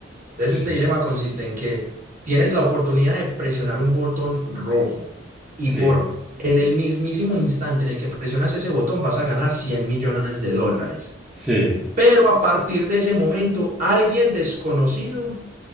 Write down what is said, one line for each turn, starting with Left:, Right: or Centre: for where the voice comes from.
Right: Entonces
Centre: Sí,
Right: este dilema consiste en que tienes la oportunidad de presionar un botón rojo y
Centre: sí,
Right: por en el mismísimo instante en el que presionas ese botón vas a ganar 100 millones de dólares.
Centre: sí.
Right: Pero a partir de ese momento, alguien desconocido